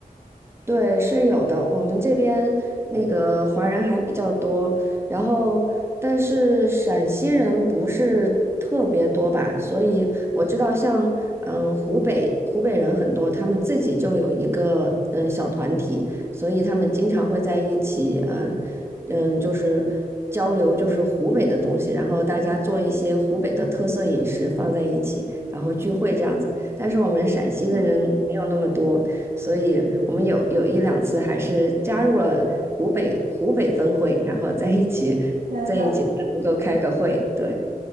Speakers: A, on the right (about 15°); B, on the right (about 60°).
A: 对，是有的。我们这边那个华人还比较多，然后但是陕西人不是特别多吧，所以我知道像嗯湖北湖北人很多，他们自己就有一个嗯小团体，所以他们经常会在一起，嗯嗯就是交流就是湖北的东西，然后大家做一些湖北的特色饮食放在一起，然后聚会这样子。但是我们陕西的人没有那么多。
B: 嗯。
A: 所以我们有有一两次还是加入了湖北湖北分会，然后在一起在一起才能够开个会。
B: 天呐！
A: 对，